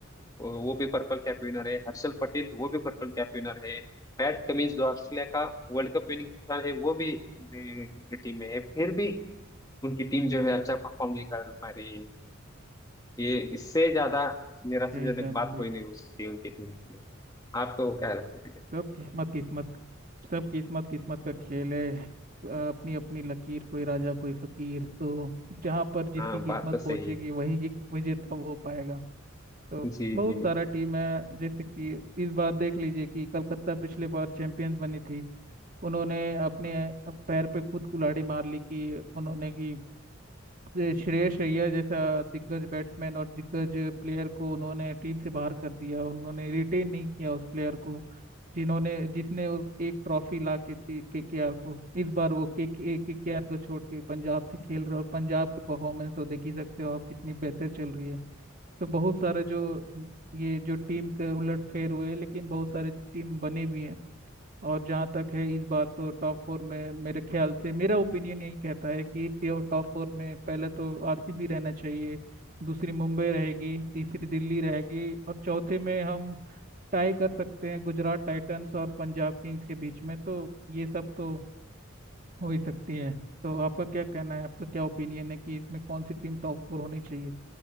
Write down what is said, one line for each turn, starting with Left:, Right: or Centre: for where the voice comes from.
Left: वो भी पर्पल कैप विनर है हर्षल पटेल वो भी पर्पल कैप विनर है पैट कमिंस जो ऑस्ट्रेलिया का वर्ल्ड कप विनिंग कप्तान है वो भी टीम में है फिर भी उनकी टीम जो है अच्छा परफॉर्म नहीं कर पा रही है ये इससे ज्यादा निराशाजनक
Right: नहीं सैम
Left: बात
Right: बड़ी
Left: कोई नहीं हो सकती उनकी टीम के लिए आपको क्या लगता है
Right: सब किस्मत किस्मत सब किस्मत किस्मत का खेल है अपनी अपनी लकीर कोई राजा कोई फकीर तो जहां पर जिसकी
Left: हाँ
Right: किस्मत
Left: बात तो सही
Right: पहुंचेगी
Left: है
Right: वही एक विजेता हो पाएगा तो
Left: जी
Right: बहुत
Left: जी
Right: सारा टीम है जैसे कि इस बार देख लीजिए कि कलकत्ता पिछले बार चैंपियंस बनी थी उन्होंने अपने पैर पे खुद कुल्हाड़ी मार ली कि उन्होंने कि ये श्रेयस अय्यर जैसा दिग्गज बैट्समैन और दिग्गज प्लेयर को उन्होंने टीम से बाहर कर दिया उन्होंने रिटेन नहीं किया उस प्लेयर को जिन्होंने जिसने उस एक ट्रॉफी ला के दी केकेआर को इस बार वो के केकेआर को छोड़ के पंजाब से खेल रहे और पंजाब की परफॉर्मेंस तो देख ही सकते हो आप कितनी बेहतर चल रही है तो बहुत सारे जो ये जो टीम के उलटफेर हुए लेकिन बहुत सारे टीम बने भी हैं और जहाँ तक है इस बार तो टॉप फोर में मेरे ख्याल से मेरा ओपिनियन यही कहता है कि टॉप फोर में पहले तो आरसीबी रहना चाहिए दूसरी मुंबई रहेगी तीसरी दिल्ली रहेगी और चौथे में हम टाई कर सकते हैं गुजरात टाइटंस और पंजाब किंग्स के बीच में तो ये सब तो हो ही सकती है तो आपका क्या कहना है आपका क्या ओपिनियन है कि इसमें कौन सी टीम टॉप फोर होनी चाहिए